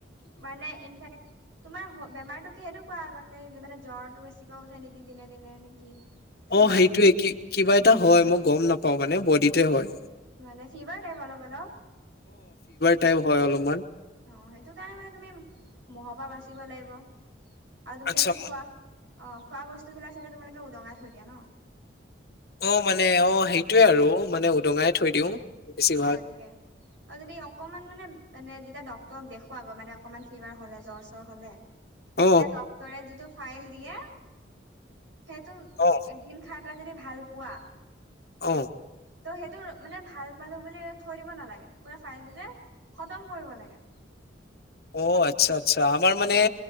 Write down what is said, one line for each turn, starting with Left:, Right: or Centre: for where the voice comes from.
Right: মানে ইনফেক্ তোমাৰ বেমাৰতটো কি সেইেতু ক আগতে মানে জ্বৰ স বেি ক উ থ নে কি দিনে দিননে নেকি ফিভাৰ
Left: অ সেইটোয়ে কিবা এটা হয় মই গম নাপাও মানে বডিতে হয়
Right: মানে চিবা টাইপ অলপ অলপ
Left: তাই হয় অলপমান
Right: অ সেইটো কাৰণে মানে তুমি মহৰ পৰা বাচিব লাগিব আৰু তুমি
Left: আচ্ছা
Right: চাগে খোৱা অঁ খোৱা বস্তু বিলাক চাগে তুমালোকে উদঙাই থৈ দিয়া ন
Left: অঁ মানে অঁ সেইটোৱে আৰু মানে উদঙাই থৈ দিওঁ বেছিভাগ
Right: তাকে আৰু যদি অকমান মানে মানে যেতিয়া ক দেখো আকৌ মানে অকমান ফিভাৰ হলে জ্বৰ চৰ হলে তেতিয়া
Left: অ
Right: ডক্টৰে যিটো ফাইল দিয়ে সেইটো
Left: অ
Right: এদিন খাই পেলাই যদি ভাল পোৱা
Left: অঁ
Right: ত' সেইটো মানে ভাল পালো বুলি থৈ দিব নালাগে পুৰা ফাইলটো যে সতম কৰিব লাগে
Left: অ আচ্ছা আচ্ছা আমাৰ
Right: উম
Left: মানে